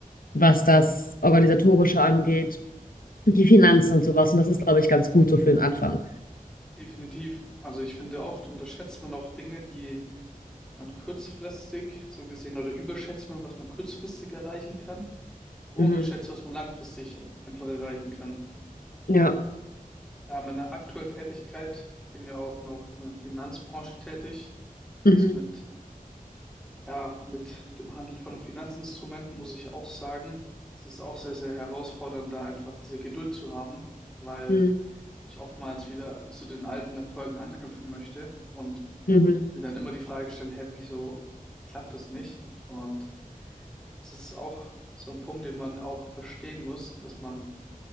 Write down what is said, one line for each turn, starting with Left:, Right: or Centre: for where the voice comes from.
Left: was das Organisatorische angeht, die Finanzen und sowas. Und das ist, glaube ich, ganz gut so für den Anfang.
Centre: Definitiv. Also ich finde, oft unterschätzt man auch Dinge, die man kurzfristig so gesehen oder überschätzt man, was man kurzfristig erreichen kann, aber
Left: Mhm.
Centre: unterschätzt, was man langfristig einfach erreichen kann.
Left: Ja.
Centre: Ja, meine aktuelle Tätigkeit, ich bin ja auch noch in der Finanzbranche tätig.
Left: Mhm.
Centre: Das heißt, mit, ja, mit dem Handel von Finanzinstrumenten muss ich auch sagen, es ist auch sehr, sehr herausfordernd, da einfach diese Geduld zu haben, weil
Left: Mhm.
Centre: ich oftmals wieder zu den alten Erfolgen anknüpfen möchte und
Left: Mhm.
Centre: mir dann immer die Frage stelle, hä, wieso klappt das nicht? Und Das ist auch so ein Punkt, den man auch verstehen muss, dass man